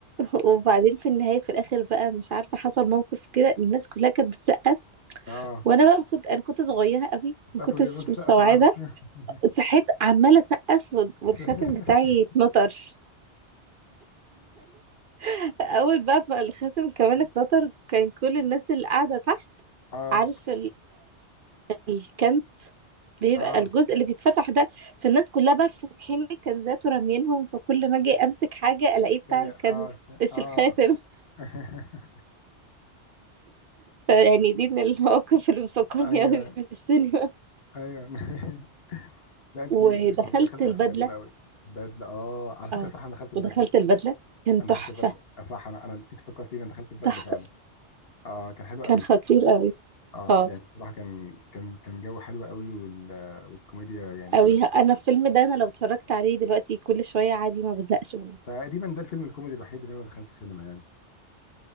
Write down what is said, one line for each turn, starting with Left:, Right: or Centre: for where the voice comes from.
Right: <laughs> وبعدين في النهايه في الاخر بقى مش عارفه حصل موقف كده الناس كلها كانت بتسقف
Left: اه
Right: وانا بقى كنت انا كنت صغيره قوي
Left: سقفوا
Right: ما كنتش
Left: ليه بنت سقف
Right: مستوعبه
Left: معاهم <laughs>
Right: صحيت عماله اسقف وال- والخاتم
Left: مستوعبة
Right: بتاعي اتنطر <laughs> اول بقى ما الخاتم كمان اتنطر كان كل الناس اللي قاعده تحت
Left: اه
Right: عارف الكنز بيبقى
Left: اه أنا
Right: الجزء اللي بيتفتح ده في الناس كلها بقى فاتحين الكنزات ورامينهم فكل ما اجي امسك حاجه الاقيه بتاع
Left: كنت هي
Right: الكنز
Left: كده
Right: مش
Left: اه
Right: الخاتم
Left: مش
Right: <laughs>
Left: اه <laughs> شايفاك
Right: فيعني دي من المواقف اللي بتفكرني
Left: ايوه
Right: قوي بالسينما
Left: ايوه <laughs> لا انت
Right: <laughs> ودخلت
Left: انت دخلت
Right: البدله
Left: افلام قديمه قوي وبدلة بدله اه على فكره
Right: اه
Left: صح انا دخلت ببدله
Right: ودخلت البدله كان
Left: انا
Right: تحفه
Left: دخلت صح ببدله آه، صح انا انا انت فكرتيني انا دخلت ببدله
Right: تحفه
Left: فعلا أيوة اه كان حلو قوي
Right: كان خطير قوي
Left: اه
Right: اه
Left: يعني بصراحه كان كان كان جو حلو قوي وال... والكوميديا يعني
Right: قوي
Left: كانت
Right: انا الفيلم ده انا لو اتفرجت عليه دلوقتي كل شويه عادي ما بزهقش منه
Left: تقريبا ده الفيلم الكوميدي الوحيد اللي انا دخلته سينما يعني